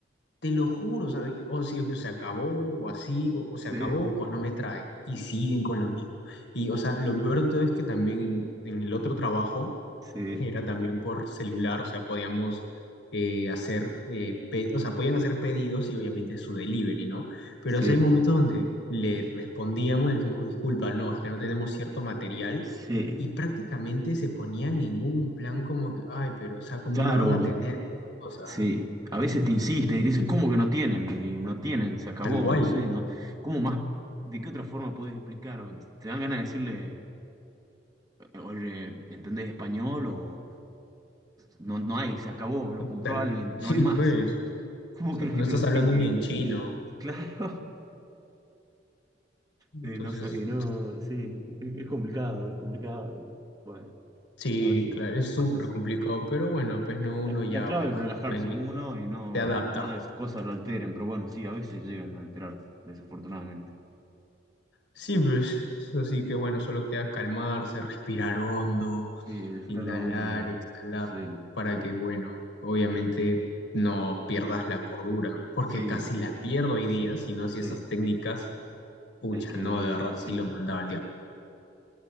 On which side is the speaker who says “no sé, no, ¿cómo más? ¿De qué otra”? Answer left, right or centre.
Right